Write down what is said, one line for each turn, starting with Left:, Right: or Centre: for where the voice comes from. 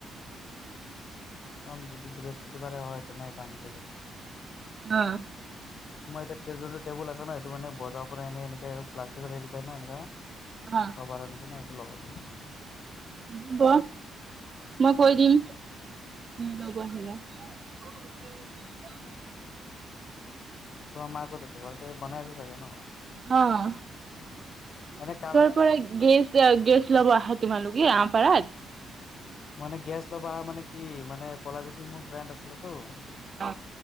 Left: যাম যদি বৃহস্পতিবাৰে হয় তেনেকা আনিব যাম
Right: অ
Left: <unintelligible> মই এতিয়া টেজু টবুল আছে ন সেইটো মানে বজাৰ পৰা এনে এনেকে প্লষ্টিকৰ হেৰি পাই ন এনেকা
Right: অ
Left: কভাৰৰ নিছিনা সেইটো লগাই থৈ দিছিলে
Right: হ ব মই কৈ দিম নব আহিলে <unintelligible>
Left: তোমাৰ মা কত আছে ঘৰতে বনাই আছে চাগে ন
Right: অ
Left: এনে কা
Right: পাৰা গেছ গেছ ল'ব আহা তোমালোকে আমপাৰাত
Left: মানে গেছ ল'ব আহা মানে কি মানে কলা গুছিৰ মোৰ ফ্ৰেণ্ড আছিলে ত'
Right: অ